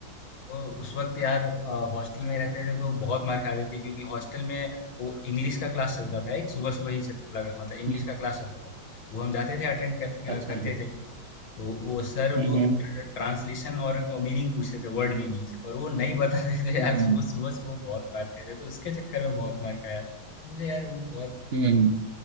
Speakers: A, on the left (about 75°); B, on the right (about 45°).
A: तो उस वक्त यार हॉस्टल में रहते थे तो बहुत मार खाते थे क्योंकि हॉस्टल में वो इंग्लिश का क्लास चलता था एक सुबह सुबह ही चल- लगा मतलब इंग्लिश
B: हम्म,
A: का क्लास चलता था वो हम जाते थे अटेंड कर,
B: अच्छा
A: करते
B: हम्म
A: थे तो वो सर
B: हम्म
A: वो ट्रांसलेशन और मीनिंग पूछते थे वर्ड मीनिंग्स और वो नहीं बताते थे यार
B: हम्म
A: सुबह सुबह से वो बहुत मारते थे तो उसके चक्कर में बहुत मार खाया तो मुझे यार वो बहुत
B: Hmm.